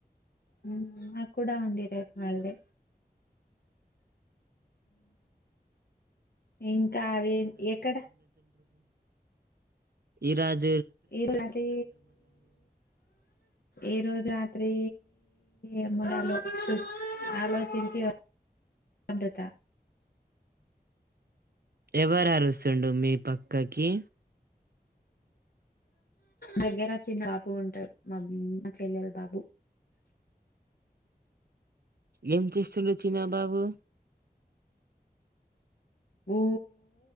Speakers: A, on the left; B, on the right.
A: హ ఆనాక్ కూడా అందిరే హాల్డే ఇంకా అదే ఎక్కడ
B: ఈరాత్రి
A: ఈరాత్రి ఈ రోజు రాత్రి ఈఆలోచించి పండుత
B: ఎవరు అరుస్తుండు మీ పక్క తకిీ
A: దగ్గర చిన్న బాబు ఉంటాడు మా అమ్మ చెల్లెలు బాబు
B: ఏం చేస్తుండ్రు చిన్న బాబు
A: ఊ